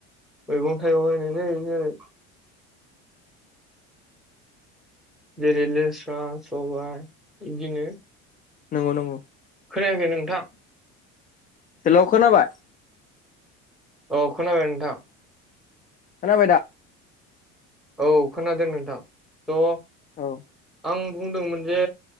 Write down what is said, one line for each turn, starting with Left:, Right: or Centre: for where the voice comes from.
Centre: मैगं थाइगं गायनाय जायो जेरै। जेरै लेस्रा सबाय इदिनो।
Left: नोंगौ नंगौ।
Centre: खोनायाखै नोंथां।
Left: हेलौ खोनाबाय।
Centre: औ खोनाबाय नोंथां।
Left: खोनाबायदा?
Centre: औ खोनादों नोंथां थ।
Left: औ।
Centre: आं बुंदोंमोन जे